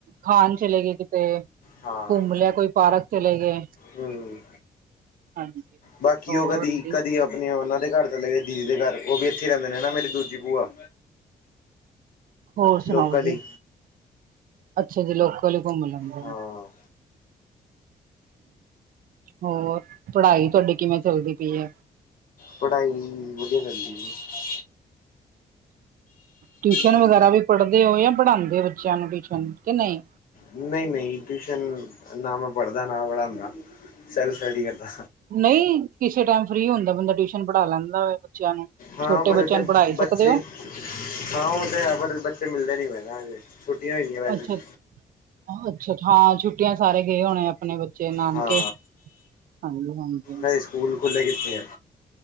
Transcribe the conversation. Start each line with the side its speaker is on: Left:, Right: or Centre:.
Right: ਖਾਣ ਚਲੇ ਗਏ ਕਿਤੇ
Left: ਹਾਂ
Right: ਘੁੰਮ ਲਿਆ ਕੋਈ ਪਾਰਕ ਚਲੇ ਗਏ।
Left: ਹਮ।
Right: ਹਾਂਜੀ,
Left: ਬਾਕੀ
Right: ਹੋਰ
Left: ਉਹ ਕਦੀ
Right: ਜੀ।
Left: ਕਦੀ ਆਪ ਨਹੀਂ ਉਹਨਾਂ ਦੇ ਘਰ ਚੱਲ ਗਏ ਦੀਦੀ ਦੇ ਘਰ ਉਹ ਵੀ ਇੱਥੇ ਰਹਿੰਦੇ ਨੇ ਨਾ ਮੇਰੀ ਦੂਜੀ ਭੂਆ
Right: ਹੋਰ ਸੁਣਾਓ
Left: ਲੋਕਲ
Right: ਜੀ
Left: ਹੀ
Right: ਅੱਛਾ ਜੀ ਲੋਕਲ ਹੀ ਘੁੰਮ ਲੈਂਦੇ ਹੋਣੇ।
Left: ਹਾਂ
Right: ਹੋਰ ਪੜ੍ਹਾਈ ਤੁਹਾਡੀ ਕਿਵੇਂ ਚੱਲਦੀ ਪਈ ਹੈ।
Left: ਪੜ੍ਹਾਈ ਵਧੀਆ ਚਲਦੀ ਹੈ।
Right: ਟਿਊਸ਼ਨ
Left: ਹਾਂਜੀ
Right: ਵਗੈਰਾ ਵੀ ਪੜ੍ਹਦੇ ਹੋ ਜਾਂ ਪੜਾਂਦੇ ਹੋ ਬੱਚਿਆਂ ਨੂੰ ਟਿਊਸ਼ਨ ਕਿ ਨਹੀਂ
Left: ਨਹੀਂ - ਨਹੀਂ ਟਿਊਸ਼ਨ ਨਾ ਮੈਂ ਪੜ੍ਹਦਾ ਨਾ ਪੜ੍ਹਾਦਾ ਸਟਡੀ ਕਰਦਾ
Right: ਨਹੀਂ ਕਿਸੇ ਟਾਈਮ ਫਰੀ ਹੁੰਦਾ ਬੰਦਾ ਟਿਊਸ਼ਨ ਪੜ੍ਹਾ ਲੈਂਦਾ ਬੱਚਿਆਂ ਨੂੰ
Left: ਹਾਂ
Right: ਛੋਟੇ
Left: ਪਰ
Right: ਬੱਚਿਆਂ
Left: ਇੱਥੇ
Right: ਨੂੰ ਪੜ੍ਹਾਈ
Left: ਬੱਚੇ
Right: ਸਕਦੇ ਹੋ
Left: ਹਾਂ ਉਹ ਤੇ ਹੈ ਪਰ ਬੱਚੇ ਮਿਲਦੇ ਨੀ ਪਏ ਨਾ ਹਜੇ ਛੁੱਟੀਆਂ ਹੋਈਆਂ ਵੈਸੇ
Right: ਅੱਛਾ
Left: ਵੀ।
Right: ਅੱਛਾ ਹਾਂ ਛੁੱਟੀਆਂ ਸਾਰੇ ਗਏ ਹੋਣੇ ਆਪਣੇ। ਚੇ ਨਾਨਕੇ
Left: ਹਾਂ
Right: ਹਾਂਜੀ - ਹਾਂਜੀ।
Left: ਹਜੇ ਸਕੂਲ ਖੁੱਲ੍ਹੇ ਕੀਤੇ ਆ।